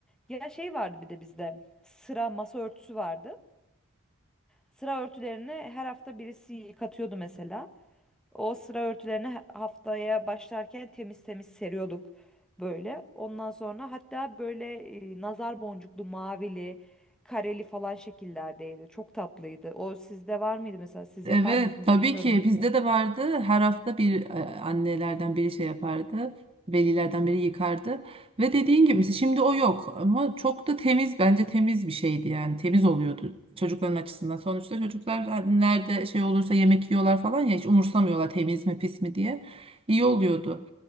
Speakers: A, in the centre; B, on the right.
A: Ya şey vardı bir de bizde. Sıra masa örtüsü vardı. Sıra örtülerini her hafta birisi yıkatıyordu mesela. O sıra örtülerini ha- haftaya başlarken temiz temiz seriyorduk böyle. Ondan sonra hatta böyle e, nazar boncuklu, mavili, kareli falan şekillerdeydi. Çok tatlıydı. O sizde var mıydı mesela? Siz
B: Evet,
A: yapar mıydınız
B: tabii
A: bilmiyorum.
B: ki bizde de vardı. Her hafta bir e, annelerden biri şey yapardı. Velilerden biri yıkardı. Ve dediğin gibi mesela şimdi o yok ama çok da temiz bence temiz bir şeydi yani temiz oluyordu çocukların açısından. Sonuçta çocuklar nerede şey olursa yemek yiyorlar falan ya hiç umursamıyorlar temiz mi pis mi diye. İyi oluyordu.
A: Hı hı.